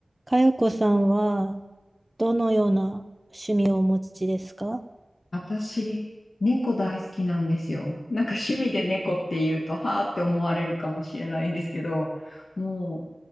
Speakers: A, on the right (about 20°); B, on the left (about 85°).
A: かよこさんは、どのような趣味をお持ちですか
B: 私、猫大好きなんですよ。なんか趣味で猫って言うと、はーって思われるかもしれないんですけど、も